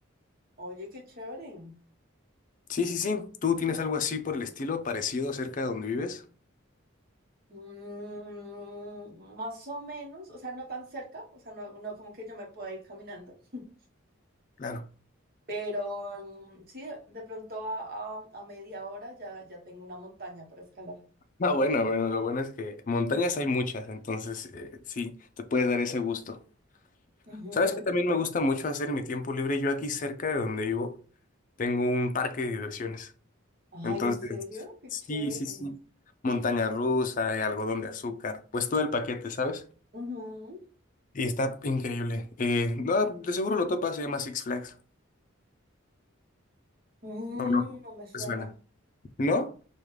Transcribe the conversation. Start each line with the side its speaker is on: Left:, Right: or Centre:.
Right: Oye, qué chévere.
Left: Sí, sí, sí, ¿tú tienes algo así por el estilo, parecido cerca de donde vives?
Right: Mm, más o menos, o sea, no tan cerca, o sea, no, no como que yo me pueda ir caminando, <laughs>
Left: Claro.
Right: pero mm, sí, de pronto a, a- a media hora ya, ya tengo una montaña para escalar.
Left: No, bueno, bueno, lo bueno es que montañas hay muchas, entonces eh, sí, te puedes dar ese gusto.
Right: Ujú.
Left: ¿Sabes qué también me gusta mucho hacer en mi tiempo libre? Yo aquí cerca de donde vivo tengo un parque de diversiones.
Right: Ay,
Left: Entonces,
Right: ¿en serio? Qué
Left: sí,
Right: chévere.
Left: sí, sí. Montaña rusa, eh, algodón de azúcar, pues todo el paquete, ¿sabes?
Right: Ujú.
Left: Y está increíble. Eh, no, de seguro lo topas, se llama Six Flags.
Right: Mm,
Left: No, no,
Right: no me suena.
Left: te suena. ¿No?